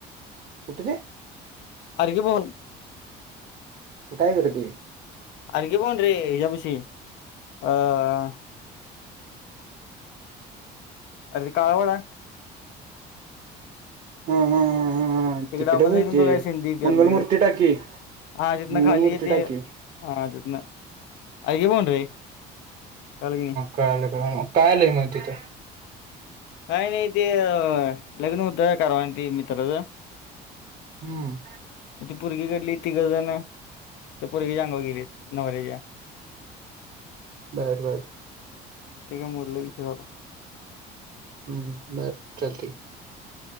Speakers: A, on the right; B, on the left.
A: कुठचे?
B: अर्ग पवन.
A: तू काय करतोय.
B: अर्गी बन र्रीजबशी अ <unintelligible> अरे त काळावडा
A: हा हा हा हा हा. तिकडे
B: आपण जाईन
A: होय ते
B: तो काय सिंधी प्याला
A: मंगलमूर्ती
B: तिकडे
A: टाकी
B: हा तिथनं
A: मंगलमूर्ती
B: खाली येते
A: टाकी
B: हा आत ना अऐग बन्री कालगनी.
A: कळायलं कळाय म कायलंय मग तिथं.
B: काय नाही ते लग्न मुद्दा करवा त मित्रचा
A: हम्म.
B: म्हण ती परगी घडली तिघं जण ते परगी जगा गेली नवऱ्याच्या.
A: बर बर.
B: त्याये मूल्य विषय <unintelligible>
A: हम्म हम्म बर चलते.